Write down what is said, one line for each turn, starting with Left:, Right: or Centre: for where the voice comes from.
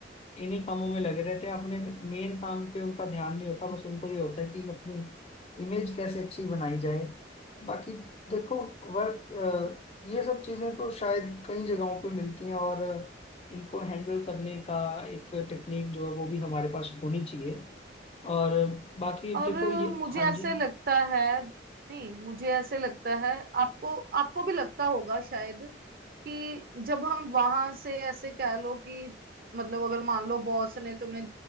Left: इन्हीं कामों में लगे रहते हैं अपने मेन काम पे उनका ध्यान नहीं होता बस उनको ये होता है कि अपनी इमेज कैसे अच्छी बनाई जाए बाकी देखो वर्क ये सब चीजें तो शायद कई जगहों पे मिलती हैं और इनको हैंडल करने का एक टेक्निक जो है वो भी हमारे पास होनी चाहिए और बाकी
Right: और
Left: देखो ये
Right: मुझे
Left: हाँ
Right: ऐसे
Left: जी
Right: लगता है नहीं मुझे ऐसे लगता है आपको आपको भी लगता होगा शायद कि जब हम वहां से ऐसे कह लो कि मतलब अगर मान लो बॉस ने तुम्हें